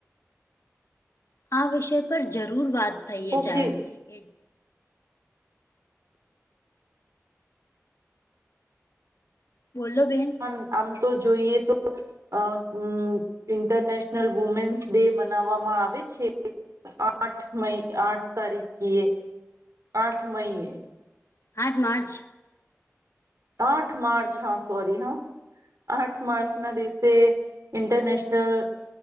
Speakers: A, on the left (about 75°); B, on the right (about 80°).
A: આ વિષય પર જરૂર વાત થઈએ
B: કોક
A: જાય
B: દી
A: એ બોલો બેન.
B: પણ આમ તો જોઈએ તો. અ ઉ ઇન્ટરનેશનલ વુમેન્સ ડે બનાવવામાં આવે છે. આઠ મઈ આઠ તારીખ ક એ આઠ મઇએ.
A: આઠ માર્ચ.
B: આઠ માર્ચ હા સોરી હા. આઠ માર્ચ ના દિવસે ઇન્ટરનેશનલ